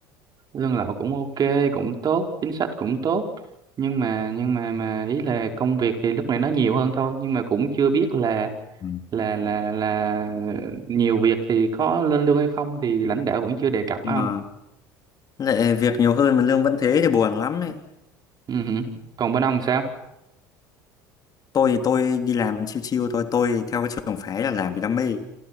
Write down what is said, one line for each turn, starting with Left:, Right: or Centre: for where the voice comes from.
Right: lương lậu cũng ok cũng tốt chính sách cũng tốt nhưng mà nhưng mà mà ý là công việc thì lúc này nó nhiều hơn thôi nhưng mà cũng chưa biết là
Left: Ừ.
Right: là là là nhiều việc thì có lên lương hay không thì lãnh đạo vẫn chưa đề cập
Left: Ờ,
Right: á ông
Left: Lại việc nhiều hơn mà lương vẫn thế thì buồn lắm ấy.
Right: ừ hử. còn bên ông sao
Left: Tôi thì tôi đi làm chill chill thôi, tôi theo cái trường phái là làm vì đam mê.